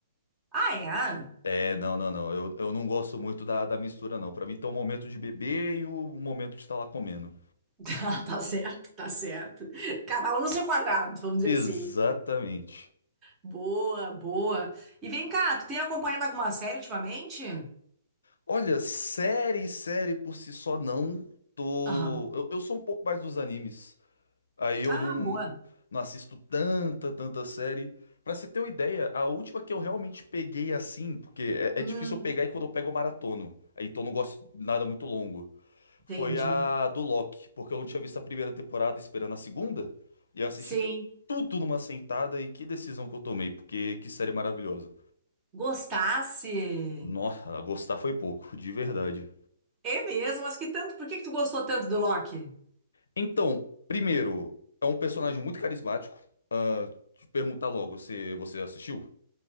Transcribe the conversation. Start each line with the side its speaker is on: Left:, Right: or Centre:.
Right: Ah, é? <laughs>
Left: É, não, não, não. Eu, eu não gosto muito da, da mistura, não. Pra mim, tem o momento de beber e o momento de estar lá comendo.
Right: Tá, tá certo, tá certo. Cada um no seu quadrado, vamos dizer
Left: Exatamente.
Right: assim. Boa, boa. E vem cá, tu tem acompanhado alguma série ultimamente?
Left: Olha, série, série por si só não tô.
Right: Aham.
Left: Eu, eu sou um pouco mais dos animes. Aí eu
Right: Ah,
Left: não,
Right: boa.
Left: não assisto tanta, tanta série. Pra você ter uma ideia, a última que eu realmente peguei assim, porque é,
Right: Hum,
Left: é difícil eu pegar e quando eu pego eu maratono. Aí Então eu não gosto de nada muito longo.
Right: entendi.
Left: Foi a do Loki, porque eu não tinha visto a primeira temporada esperando a segunda. E eu assisti
Right: Sim.
Left: tudo numa sentada e que decisão que eu tomei, porque que série maravilhosa.
Right: Gostasse?
Left: Nossa, gostar foi pouco, de verdade.
Right: É mesmo, mas que tanto? Por que que tu gostou tanto do Loki?
Left: Então, primeiro, é um personagem muito carismático. Te perguntar logo se você assistiu.